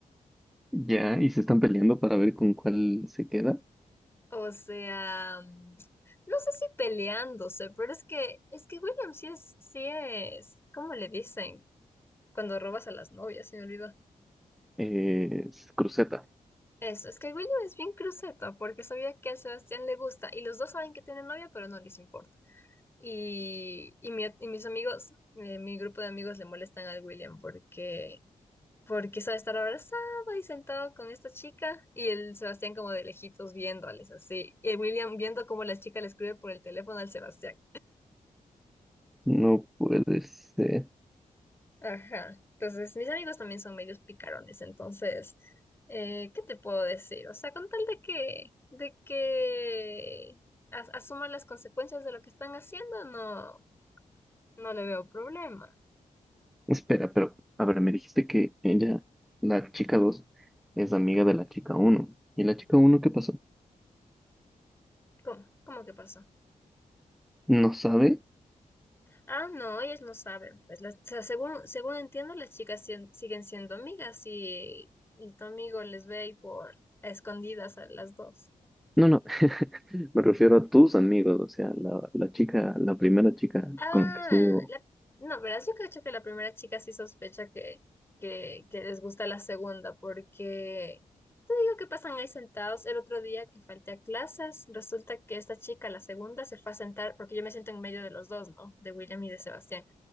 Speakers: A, in the centre; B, on the left.
A: Ya, y se están peleando para ver con cuál se queda.
B: O sea, mm, no sé si peleándose, pero es que, es que William sí es, sí es, ¿cómo le dicen? Cuando robas a las novias, se me olvidó.
A: Eh, es Cruceta.
B: Eso, es que William es bien cruceta porque sabía que a Sebastián le gusta y los dos saben que tiene novia, pero no les importa. Y, y, mi- y mis amigos, eh, mi grupo de amigos le molestan al William porque porque sabe estar abrazado y sentado con esta chica y el Sebastián como de lejitos viéndoles así. Y el William viendo cómo la chica le escribe por el teléfono al Sebastián.
A: No puede ser.
B: Ajá. Entonces, mis amigos también son medios picarones, entonces, eh, ¿qué te puedo decir? O sea, con tal de que, de que as- asuman las consecuencias de lo que están haciendo, no, no le veo problema.
A: Espera, pero, a ver, me dijiste que ella, la chica 2 es amiga de la chica uno ¿Y la chica uno qué pasó?
B: ¿Cómo? ¿Cómo que pasó?
A: ¿No sabe?
B: Ah, no, ellas no saben, pues, las- o sea, según, según entiendo, las chicas sien- siguen siendo amigas y, y tu amigo les ve y por a escondidas a las dos.
A: No, no, <laughs> Me refiero a tus amigos, o sea, la, la chica, la primera chica
B: Ah,
A: con la que estuvo.
B: la- no, verás, yo creo que la primera chica sí sospecha que, que, que les gusta la segunda, porque te digo que pasan ahí sentados. El otro día que falté a clases, resulta que esta chica, la segunda, se fue a sentar, porque yo me siento en medio de los dos, ¿no? De William y de Sebastián.